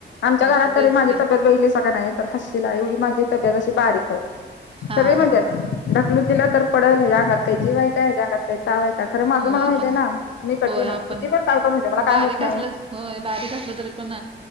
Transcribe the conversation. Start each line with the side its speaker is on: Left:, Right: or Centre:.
Left: आमच्या
Right: होय
Left: घरात
Right: तेच
Left: तरी माझी
Right: की
Left: तब्येत बघितलीसा क नाई हसशिला एवढी माझी तब्येत अशी बारीक आह.
Right: हा
Left: सगळी म्हणत्यात
Right: हा हा
Left: ढकलून दिलं तर पडल ह्यज्या अंगात काय जीवाय काय ह्यज्या अंगात काय तावाय काय खरं माझं
Right: होय
Left: मला माहितयं
Right: पण
Left: ना मी कठीण
Right: होय आपण
Left: आहे किती पण काय पण होतेय मला काय
Right: बारीक
Left: होत नाही.
Right: असलं होय बारीक असलं तरी पण